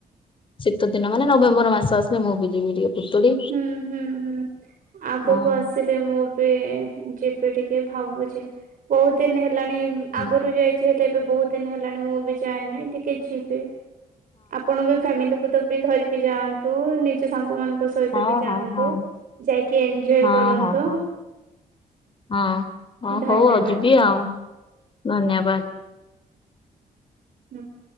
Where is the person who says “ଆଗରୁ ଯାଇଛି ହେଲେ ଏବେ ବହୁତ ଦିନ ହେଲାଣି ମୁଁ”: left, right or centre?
Right